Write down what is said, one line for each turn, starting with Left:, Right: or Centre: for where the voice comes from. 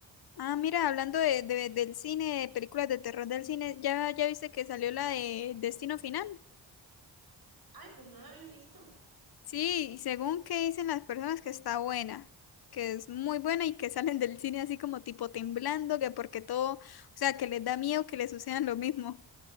Left: Ah, mira, hablando de, de- del cine, de películas de terror del cine, ¿ya, ya viste que salió la de Destino Final?
Right: Ay, pues no la había visto.
Left: Sí, y según que dicen las personas que está buena, que es muy buena y que salen del cine así como tipo temblando, que porque todo, o sea, que les da miedo que les sucedan lo mismo.